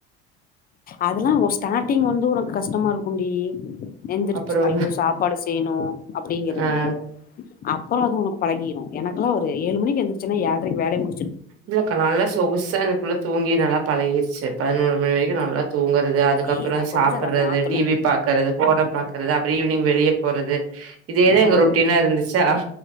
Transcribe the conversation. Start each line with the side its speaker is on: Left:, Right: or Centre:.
Left: அதெல்லா ஸ்டார்டிங் வந்து உனக்கு கஷ்டமா இருக்கும் டி எந்தருச்சு
Right: அப்புறோ
Left: ஐயோ சாப்பாடு செய்யணும் அப்படிங்கறது
Right: ஆ
Left: அப்பற அது உனக்கு பழகிடும் எனக்குெல்ல ஒரு ஏழு மணிக்கு எந்திரச்சன்னன ஏழ்ரை வேலைய மு
Right: இல்லக்கா நல்ல ஷோகுசா அந்த புள்ள தூங்கி நல்லா பழகிட்ச்சு பதினோரு மணி வரைக்கு நல்லா தூங்க அதுக்கப்பறம்
Left: அதேதா கொஞ்சோ
Right: சாப்பிடறது
Left: அத மாத்தணு
Right: டி வி பாக்குறது போன பாக்குறது அப்புறம் ஈவினிங் வெளிய போறது இதே தா
Left: ம்
Right: எங்க ரொட்டீனா
Left: ம்
Right: இருந்துச்சா